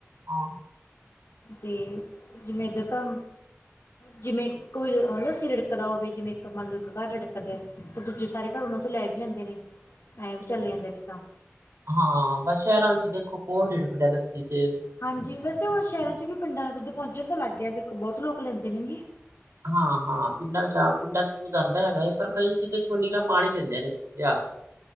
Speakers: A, on the right; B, on the left.
A: ਆਹ
B: ਤੇ ਜਿਵੇ ਇੱਧਰ ਤਾਂ- ਜਿਵੇ ਕੋਈ ਲੱਸੀ ਰਿੜਕਦਾ ਹੋਵੇ ਜਿਵੇ ਇਕ ਮੰਨ ਲਓ ਇਕ ਘਰ ਰਿੜਕਦਾ ਤਾਂ ਦੂਜੇ ਸਾਰੇ ਘਰ ਉਹਨਾਂ ਤੋ ਲੈ ਵੀ ਲੈਦੇ ਨੇ ਐ ਵੀ ਚੱਲ ਜਾਂਦਾ ਇਥੇ ਤਾਂ
A: ਹਾਂ, ਬਸ ਸ਼ਹਿਰਾਂ ਵਿਚ ਦੇਖੋ ਕੌਣ ਰਿੜਕਦਾ ਲੱਸੀ ਤੇ
B: ਹਾਜੀ, ਵੈਸੇ ਹੁਣ ਸ਼ਹਿਰਾਂ 'ਚ ਵੀ ਪਿੰਡਾਂ ਦੇ ਦੁੱਧ ਪਹੁੰਚਣ ਤਾਂ ਲੱਗ ਗਿਆ ਵੀ ਇਕ ਬਹੁਤ ਲੋਕ ਲੈਦੇ ਨੇਗੇ
A: ਹਾਂ-ਹਾਂ ਪਿੰਡਾਂ ਵਿਚ ਪਿੰਡਾਂ 'ਚ ਦੂਧ ਆਉਂਦਾ ਹੈਗਾ ਏ ਪਰ ਕਈ 'ਚ ਦੇਖੋ ਨੀਰਾ ਪਾਣੀ ਦਿੰਦੇ ਨੇ ਜਾ-